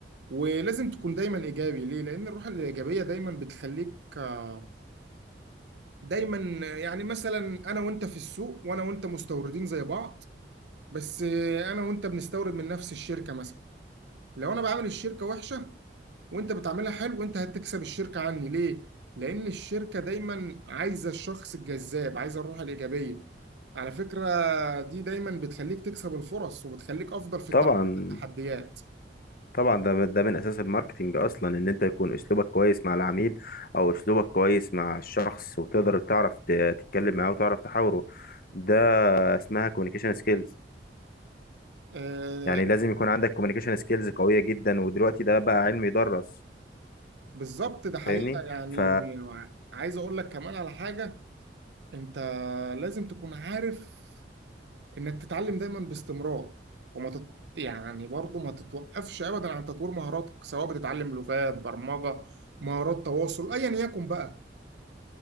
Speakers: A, on the right (about 70°); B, on the left (about 55°).
A: ولازم تكون دايما إيجابي ليه لأن الروح الإيجابية دايما بتخليك آه، دايما يعني مثلا أنا وأنت في السوق وأنا وأنت مستوردين زي بعض بس آه، أنا وأنت بنستورد من نفس الشركة مثلا لو انا بعمل الشركه وحشه وانت بتعملها حلو انت هتكسب الشركه عني ليه لان الشركه دايما عايزه الشخص الجذاب عايزه الروح الايجابيه على فكره دي دايما بتخليك تكسب الفرص وبتخليك افضل في التعامل
B: طبعا
A: مع التحديات
B: طبعا ده ده من اساس الماركتينج اصلا ان انت يكون اسلوبك كويس مع العميل او اسلوبك كويس مع الشخص وتقدر تعرف ت- تتكلم معاه وتعرف تحاوره ده اسمها كوميونيكيشن سكيلز
A: آه
B: يعني لازم يكون عندك كوميونيكيشن سكيلز قوية جدا ودلوقتي ده بقى علم يدرس
A: بالظبط ده حقيقه
B: فاهمني
A: يعني
B: ف
A: عايز اقول لك كمان على حاجه انت لازم تكون عارف انك تتعلم دايما باستمرار وما تت... يعني برضه ما تتوقفش ابدا عن تطوير مهاراتك سواء بتتعلم لغات برمجة مهارات تواصل ايا يكن بقى